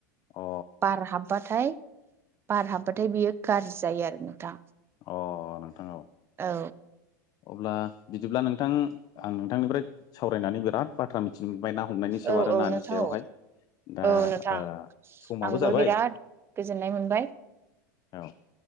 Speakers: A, on the left; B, on the right.
A: औ
B: बार हाब्बाथाय बार हाब्बाथाय बियो गाज्रि जायो आरो नोंथां।
A: अ नोंथां औ
B: औ
A: अब्ला बिदिब्ला नों नोंथां आं नोंथांनिफ्राय सावरायनानै बिराद बाथ्रा मिथिनो ओमफ्राय ना हमनायनि सायाव
B: औ
A: आरो
B: औ
A: नानि
B: नोंथां
A: सायावहाय।
B: औ
A: दा
B: औ नोंथां
A: ओ समाबो
B: आंबो
A: जाबाय।
B: बिराद गोजोननाय मोनबाय
A: औ